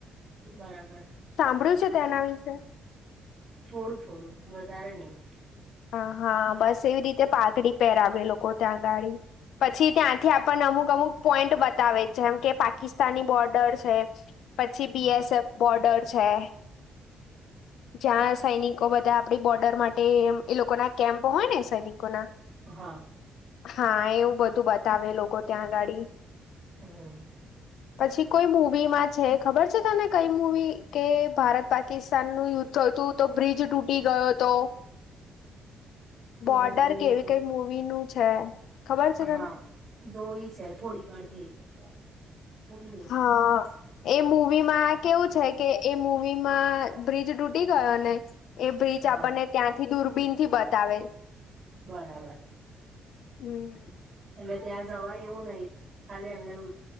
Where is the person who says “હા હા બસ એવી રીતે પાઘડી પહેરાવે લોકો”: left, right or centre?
Left